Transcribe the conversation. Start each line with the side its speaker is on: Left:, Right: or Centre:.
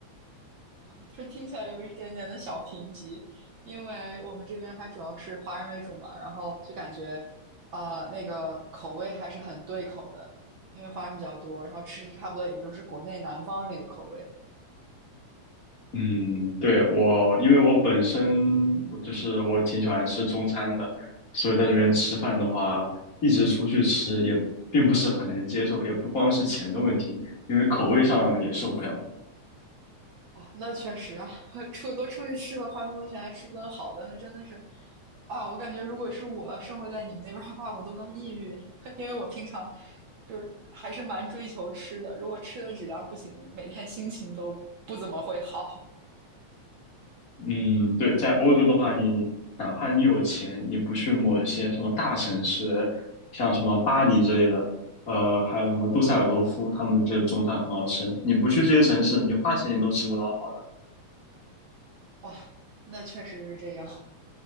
Right: <laughs> 这听起来有一点点的小贫瘠，因为我们这边还主要是华人为主嘛，然后就感觉呃那个口味还是很对口的，因为华人比较多，然后吃着差不多也就是国内南方那个口味。
Left: 嗯，对，我，因为我本身我就是我挺喜欢吃中餐的，所以在这边吃饭的话，一直出去吃也并不是很能接受，也不光是钱的问题，因为口味上也受不了。
Right: 啊，那确实啊，<laughs> 出都出去吃了，花那么多钱还吃不顿好的，那真的是，啊，我感觉如果是我生活在你们那边儿的话，我都能抑郁，<laughs> 因为我平常就是还是蛮追求吃的，如果吃的质量不行，每天心情都不怎么会好。
Left: 嗯，对，在欧洲的话，你哪怕你有钱，你不去某些什么大城市，像什么巴黎之类的，呃，还有什么杜塞尔多夫，他们这个中餐很好吃，你不去这些城市，你花钱你都吃不到好的。
Right: 哇，那确实是这样。